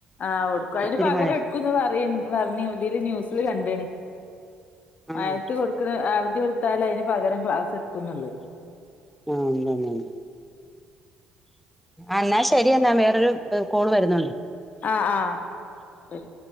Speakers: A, on the left; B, in the centre.
A: ആഹ് കൊടുക്കും അതിന്
B: ഒത്തിരി
A: പകരം
B: മഴ
A: എടുക്കുംന്ന് പറ പറഞ്ഞു ഇതില് ന്യൂസിൽ കണ്ട് ണ്
B: ആണോ
A: മഴത്ത് കൊടുക്കുന്ന അവധി കൊടു ത്തായാലും അതിന് പകരം ക്ലാസ് എടുക്കുന്നുള്ള
B: ണ്ട് ണ്ട് എന്നാ ശരി എന്ന എന്നാ വേറൊരു കോള് വരുന്നുണ്ട്
A: ആ ആഹ ശരി